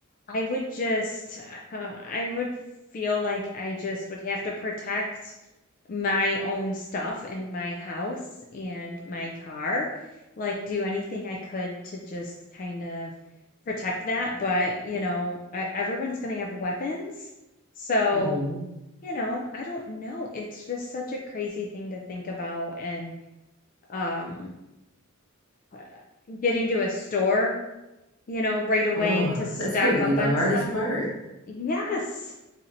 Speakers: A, on the left (about 40°); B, on the left (about 80°).
A: I would just, uh, I would feel like I just would have to protect my own stuff and my house and my car. Like, do anything I could to just kind of protect that. But, you know, I, everyone's going to have weapons. So,
B: hmm
A: you know, I don't know. It's just such a crazy thing to think about. And um, uh, getting to a store, you know, right away
B: Oh,
A: to stock
B: that's gonna be
A: up
B: the
A: on
B: hardest
A: stuff.
B: part.
A: Yes.